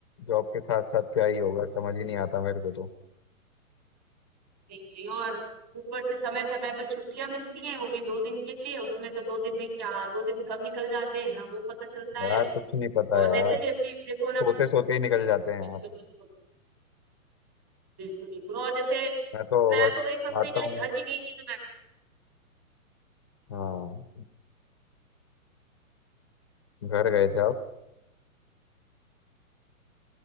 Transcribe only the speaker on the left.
जॉब के साथ साथ क्या ही होगा समझ ही नहीं आता मेरे को तो
यार
कुछ नहीं पता
यार
सोते
सोते ही निकल जाते हैं
आप
मैं तो
बस
आता
हूँ
हाँ घर गए थे आप